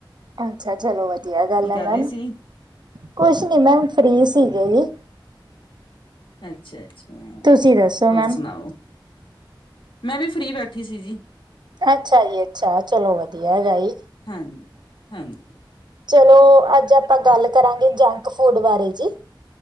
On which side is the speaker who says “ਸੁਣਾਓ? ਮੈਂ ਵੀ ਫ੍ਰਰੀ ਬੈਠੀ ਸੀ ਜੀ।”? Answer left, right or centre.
Left